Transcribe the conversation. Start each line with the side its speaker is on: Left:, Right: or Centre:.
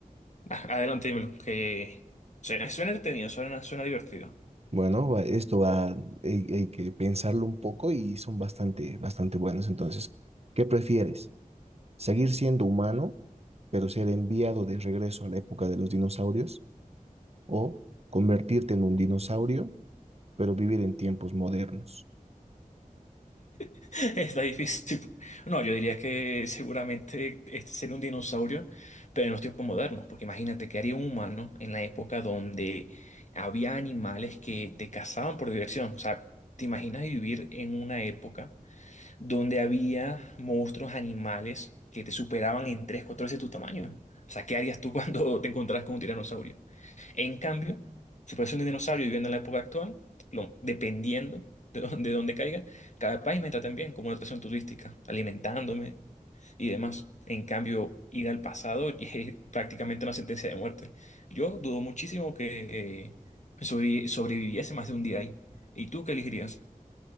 Left: <laughs> Adelante, dímelo, que suena, suena entretenido, suena, suena divertido.
Right: Bueno, va- esto va, hay, hay que pensarlo un poco y son bastante, bastante buenos. Entonces, ¿qué prefieres? ¿Seguir siendo humano, pero ser enviado de regreso a la época de los dinosaurios? ¿O convertirte en un dinosaurio? pero vivir en tiempos modernos.
Left: <laughs> Está difícil. No, yo diría que seguramente este sería un dinosaurio, pero en los tiempos modernos, porque imagínate que haría un humano en la época donde había animales que te cazaban por diversión. O sea, ¿te imaginas vivir en una época donde había monstruos, animales que te superaban en tres, cuatro veces tu tamaño? O sea, ¿qué harías tú <laughs> cuando te encontrás con un tiranosaurio? En cambio, si fuese un dinosaurio viviendo en la época actual, lo- dependiendo de dónde, de dónde caiga, cada país me tratan bien como una atracción turística, alimentándome y demás. En cambio, ir al pasado <laughs> es prácticamente una sentencia de muerte. Yo dudo muchísimo que eh, sobrevi- sobreviviese más de un día ahí. ¿Y tú qué elegirías?